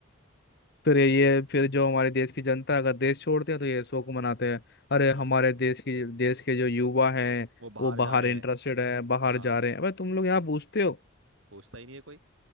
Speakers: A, on the left; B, on the right.
A: फिर ये फिर जो हमारे देश की जनता है, अगर देश छोड़ते हैं तो ये शोक मनाते हैं अरे
B: हम्म
A: हमारे देश की देश के जो युवा हैं
B: वो बाहर
A: वो बाहर
B: जा रहे
A: इंटरेस्टेड
B: हैं
A: है बाहर
B: हाँ
A: जा रहे हैं अबे तुम लोग यहाँ पूछते हो
B: पूछता ही नहीं है कोई